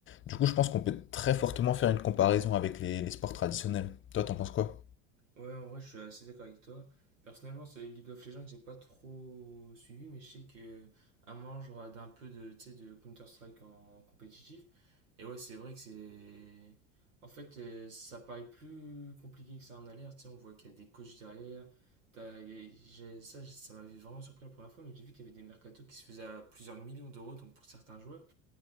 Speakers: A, on the left; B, on the right.
A: Du coup, je pense qu'on peut très fortement faire une comparaison avec les, les sports traditionnels. Toi, t'en penses quoi?
B: ouais, en vrai, je suis assez d'accord avec toi. Personnellement, ce League of Legends, j'ai pas trop suivi, mais je sais que à un moment, je regarde un peu de, tu sais, de Counter-Strike en compétitif. Et ouais, c'est vrai que c'est. En fait, euh, ça paraît plus compliqué que ça en a l'air. Tu sais, on voit qu'il y a des coachs derrière. T'as- il y a- j'ai- Ça, j'ai- ça m'avait vraiment surpris la première fois, mais j'ai vu qu'il y avait des mercatos qui se faisaient à plusieurs millions d'euros, donc pour certains joueurs,